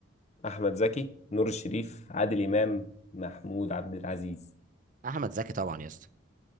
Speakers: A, on the left; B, on the right.
A: احمد زكي نور الشريف عادل امام محمود عبد العزيز
B: احمد زكي طبعا يا اسطى